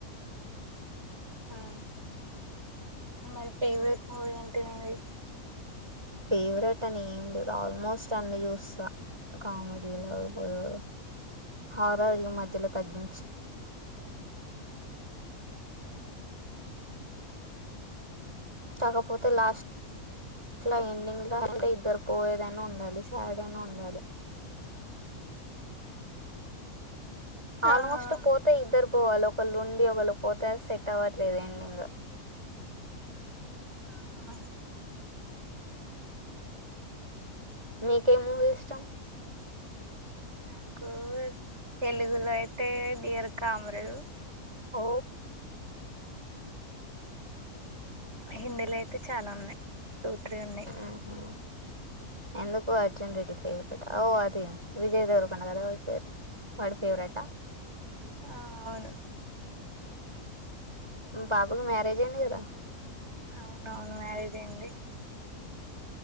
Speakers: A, on the right; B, on the right.
A: మ్మ్ ఉమ్మ్ మరి ఫేవరెట్ మూవీ ఏంటి నీది
B: ఫేవరెట్ అని ఏం లేదు ఆల్మోస్ట్ అన్ని చూస్తా కామెడీలో ఇప్పుడు హారార్ ఈ మధ్యలో తగ్గిం
A: మ్మ్మ్
B: కాకపోతే లాస్ స్ట్లా ఎండింగ్‌లా అంటే ఇద్దరు పోయేదైన ఉండాలి సాడ్ అయినా ఉండాలి ఆల్మోస్ట్
A: ఆహా
B: పోతే ఇద్దరు పోవాలి ఒకళ్ళు ఉండి ఒకళ్ళు పోతే అది సెట్ అవ్వట్లేదు ఎండింగ్
A: ఆహా
B: మీకే మూవీ ఇష్టం
A: నాకు తెలుగులో అయితే డియర్ కామ్రేడ్
B: ఓ
A: హిందీలో అయితే చాలా ఉన్నాయి టూ త్రీ ఉన్నాయి
B: మ్మ్ ఉహ్మ్ ఎందుకు అర్జున్ రెడ్డి ఫెవ్ రేట ఓ అది విజయ్ దేవరకొండ కదా వాడి పేరు వాడు ఫేవరెటా
A: ఆ అవును
B: బాబుకు మ్యారేజ్ అయింది కదా
A: అవునవును మ్యారేజ్ అయింది